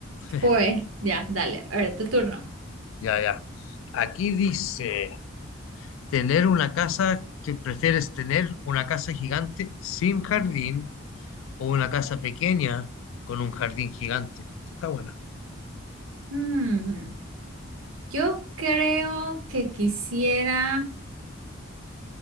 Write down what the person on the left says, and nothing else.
<laughs>
Ya, ya. Aquí dice. tener una casa, que prefieres tener una casa gigante sin jardín o una casa pequeña con un jardín gigante. Está buena,